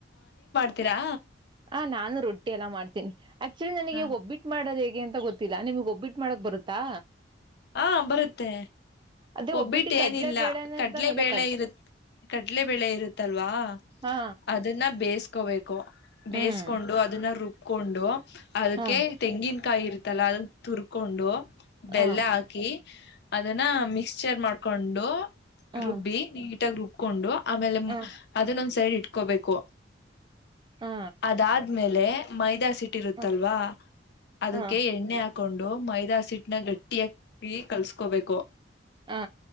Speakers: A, on the left (about 60°); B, on the right (about 25°).
A: ೀರಾ
B: ಹ ನಾನು ರೊಟ್ಟಿ ಎಲ್ಲ ಮಾಡ್ತೀನಿ ಆಕ್ಚುಲಿ ನನಗೆ
A: ಹ
B: ಒಬ್ಬಿಟ್ಟು ಮಾಡೋದ್ ಹೇಗೆ ಅಂತ ಗೊತ್ತಿಲ್ಲಾ ನಿಮ್ಗ್ ಒಬ್ಬಿಟ್ಟಟ್ ಮಾಡಕ್ ಬರುತ್ತಾ
A: ಹಾ ಬರುತ್ತೆ
B: ಅದೇ
A: ಒಬ್ಬಿಟ್ಟ
B: ಒಬ್ಬಿಟ್ಟಿ ಕಡ್ಲೆ
A: ಏನಿಲ್ಲ
B: ಬೇಳೆನೆ
A: ಕಡಲೆ
B: ತಾನೆ ಇಲ್ಲ
A: ಬೇಳೆ
B: ಕಡ್ಲೆ
A: ಇರುತ್ತೆ ಕಡ್ಲೆ ಬೆಳೆ ಇರುತ್ತಲ್ವಾ ಅ
B: ಹಾ
A: ಅದನ್ನ ಬೇಯಿಸಕೋಬೇಕು
B: ಹ್ಮ್
A: ಬೇಯಿಸಕೊಂಡು ಅದನ್ನ ರುಬ್ಕೊಂಡು ಅದಕ್ಕೆ
B: ಹಾ
A: ತೆಂಗಿನಕಾಯಿ ಇರುತ್ತಲ್ಲ ಅದ ತುರ್ಕೊಂಡು ಬೆಲ್ಲ
B: ಹಾ
A: ಹಾಕಿ ಅದನ್ನ ಮಿಕ್ಸ್ ಚೇರ್ ಮಾಡ್ಕೊಂಡು
B: ಹಾ
A: ರುಬ್ಬಿ ನೀಟಾಗಿ ರುಬ್ಕೊಂಡು ಆಮೇಲೆ
B: ಹಾ
A: ಅದನ್ನ ಒಂದ ಸೈಡ್ ಇಟ್ಕೋಬೇಕು
B: ಹಾ
A: ಅದಾದ್ಮೇಲೆ ಮೈದಾ ಸಿಟ್ಟ ರುತ್ತಲ್ವಾ
B: ಹಾ
A: ಅದಕ್ಕೆ
B: ಹಾ
A: ಎಣ್ಣೆ ಹಾ ಕೊಂಡು ಮೈದಾ ಸಿಟ್ನ ಗಟ್ಟಿ ಹಕಿ ಕಲ್ಸಕೋಬೇಕು
B: ಹಾ